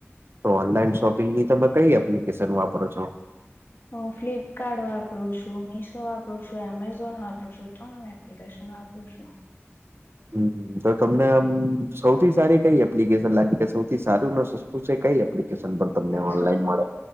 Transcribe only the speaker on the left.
હું ફ્લિપકાર્ટ વાપરું છું, મીશો વાપરું છું, એમેઝોન વાપરું છું, ત્રણે એપ એકશન આપું છું
સૌ